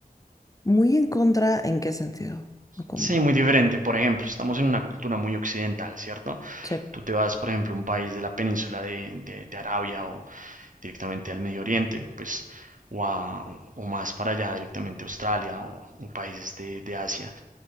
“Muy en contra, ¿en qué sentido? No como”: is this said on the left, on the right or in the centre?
Left